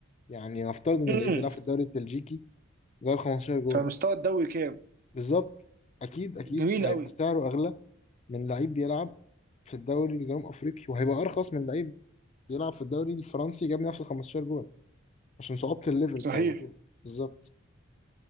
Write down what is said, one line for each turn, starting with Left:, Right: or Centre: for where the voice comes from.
Left: يعني نفترض ان
Right: مم.
Left: اللعيب بيلعب في الدوري البلجيكي جايب 15 جول
Right: فمستوى الدوري كام
Left: بالظبط اكيد اكيد
Right: جميل
Left: هيبقى
Right: قوي
Left: سعره اغلى من لعيب بيلعب في الدوري الجنوب افريقي وهيبقى ارخص من لعيب بيلعب في الدوري الفرنسي جاب نفس ال 15 جول عشان صعوبة الليفل
Right: صحيح
Left: بتاع البطولة بالظبط